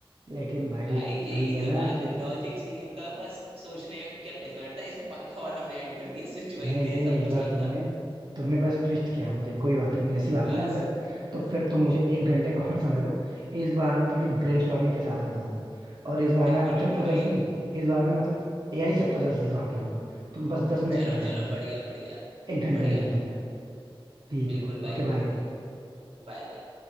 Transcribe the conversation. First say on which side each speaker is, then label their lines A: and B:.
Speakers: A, on the right (about 45°); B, on the right (about 80°).
A: लेकिन भाई
B: भाई यही
A: वही है
B: तो
A: ना
B: बात
A: कि
B: है लॉजिक
A: तुम
B: सेम था बस सोचने का डिफर था इसमें पंखा और हमने ऐड कर दिया स्विच वही
A: नहीं नहीं
B: थे सब
A: इस
B: कुछ
A: बार
B: वही
A: तुमने
B: था
A: तुमने बस ट्विस्ट किया मुझे कोई बात नहीं ऐसी बात
B: बस
A: है ना अगर तो फिर तुम मुझे एक घंटे का और समय दो इस बार मैं थोड़ी ब्रेनस्टॉर्मिंग के साथ आता हूँ और इस बार
B: बिल्कुल
A: मैं अपने
B: बिल्कुल
A: पजल्स
B: भाई
A: नहीं इस बार मैं मतलब एआई से पजल्स दिखवा के लाऊंगा तुम बस दस मिनट
B: चलो
A: का टाइम
B: चलो
A: दो मुझे
B: बढ़िया बढ़िया
A: एक घंटे
B: बढ़िया
A: में मिलते हैं फिर ठीक
B: बिल्कुल
A: है
B: भाई
A: ओके बाय
B: बिल्कुल Bye bye